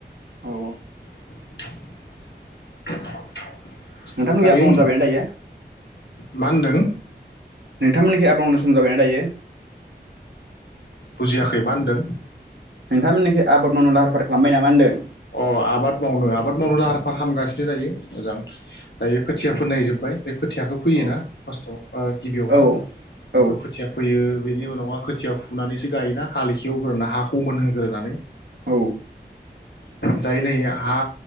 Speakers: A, on the right; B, on the left.
A: औ औ
B: <unintelligible>
A: नोंथांमोननिखा
B: दायो
A: आबाद मावनो जाबायना दायो
B: मा होनदों
A: नोंथांमोननिखि आबाद मावनो नुजाबायना दायो
B: बुजियाखै मा होनदों
A: नोंथां मोननिखि आबाद मावनो लाहार फाहार खालामबाय नामा होनदों
B: अ आबाद मावनो आबाद मावनो लाहार फाहार खामगासिनो दायो मोजां दायो खोथिया फोनाय जोब्बाय बे खोथियाखौ फैयोना
A: औ
B: फार्स्टआव गिबियाव
A: औ
B: हा
A: औ
B: गिबियाव खोथिया फैयो बेनि उनावहा खोथिया फुनानैसो गायोना हालिखो एवग्रोना हाखौ मोनहोग्रोनानै
A: औ
B: दायो नै हा